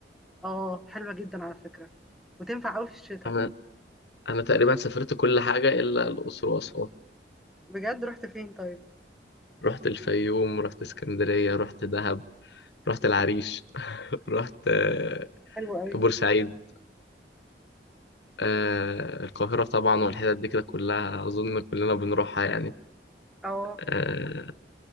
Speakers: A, in the centre; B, on the left (about 80°).
A: اه حلوه جدا على فكره وتنفع قوي في الشتاء
B: انا انا تقريبا سافرت كل حاجه الا الاقصر واسوان
A: بجد رحت فين طيب
B: رحت الفيوم رحت اسكندريه رحت دهب رحت العريش <laughs> رحت آه،
A: حلوه قوي
B: بورسعيد آه، القاهره طبعا والحتت دي كده كلها اظن كلنا بنروحها يعني
A: اه
B: آه،